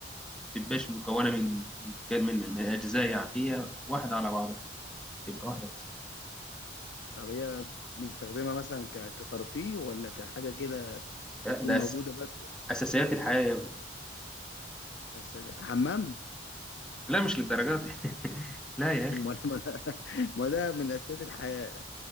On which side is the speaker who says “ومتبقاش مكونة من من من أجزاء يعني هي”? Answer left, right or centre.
Centre